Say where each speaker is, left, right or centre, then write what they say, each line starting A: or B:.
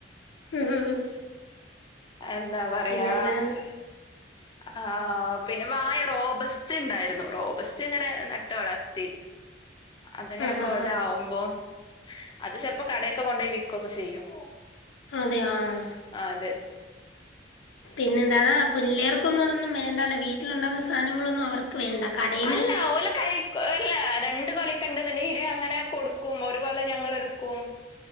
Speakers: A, on the left; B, on the left.
A: ഉം ഉം ഉം
B: എന്താ പറയാ
A: പിന്നെന്താണ്
B: ആഹ് പിന്നെ വായ റോബസ്റ്റ് ഇണ്ടായിര്ന്നു റോബസ്റ്റ്ങ്ങനെ നട്ട് നട്ട് വളർത്തി അത്ങ്ങനെ
A: ആ ഹാ
B: കൊലാവൂമ്പോ
A: ഹാ
B: അത് ചെൽപ്പൊ കടേക്ക് കൊണ്ടോയി വിക്കൊക്കെ ചെയ്യും.
A: അതെ ആഹ്.
B: ആഹ് അതെ
A: പിന്നെ എന്താതാ പില്ലേർക്കൊന്നും അതൊന്നും വേണ്ടല്ലേ വീട്ട്ല്ണ്ടാവുന്ന സാധനങ്ങളൊന്നും അവർക്ക് വേണ്ട കടേ
B: അല്ലാ ഓല് കഴി അല്ലാ രണ്ട് കൊലൊക്കെ ഇണ്ട്ന്ന്ണ്ടെങ്കി ഇതേഅങ്ങനെ കൊടുക്കും ഒരു കൊല ഞങ്ങളെട്ക്കും.